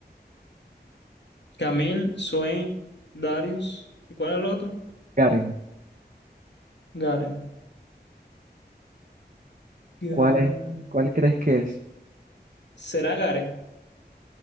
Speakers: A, on the left; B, on the right.
A: Camille, Swain, Darius, ¿y cuál es el otro?
B: Garen,
A: Garen. Ga-
B: ¿cuál es, cuál crees que es?
A: ¿Será Garen?